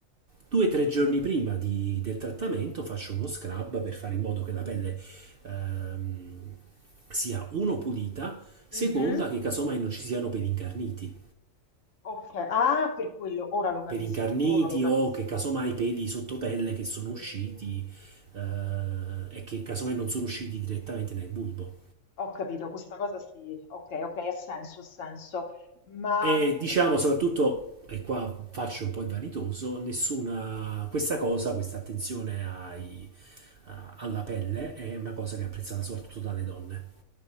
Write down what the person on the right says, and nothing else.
Due o tre giorni prima di- del trattamento faccio uno scrub per fare in modo che la pelle ehm, sia uno pulita, seconda
che casomai non ci siano peli incarniti.
Peli incarniti
o che casomai peli sotto pelle che sono usciti eh, e che casomai non sono usciti direttamente nel bulbo.
E
diciamo soprattutto, e qua faccio un po' il vanitoso, nessuna, questa cosa, questa attenzione ai- a- alla pelle è una cosa che è apprezzata soprattutto dalle donne.